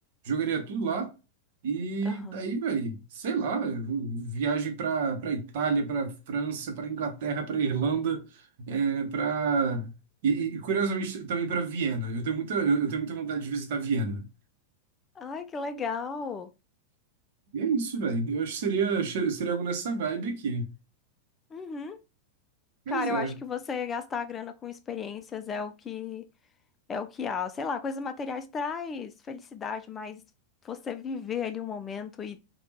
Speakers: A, on the right (about 50°); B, on the left (about 20°).
A: Jogaria tudo lá. E
B: Aham.
A: daí, velho, sei lá, viagem pra, pra Itália, pra França, pra Inglaterra, pra Irlanda, é, pra. E, e, curiosamente também pra Viena. Eu tenho muita, eu, eu tenho muita vontade de visitar Viena.
B: Ai, que legal.
A: E é isso, velho. Eu acho que seria, seria algo nessa vibe aqui.
B: Uhum.
A: Mas
B: Cara,
A: é.
B: eu acho que você gastar a grana com experiências é o que É o que há, sei lá, coisas materiais traz felicidade, mas você viver ali um momento e,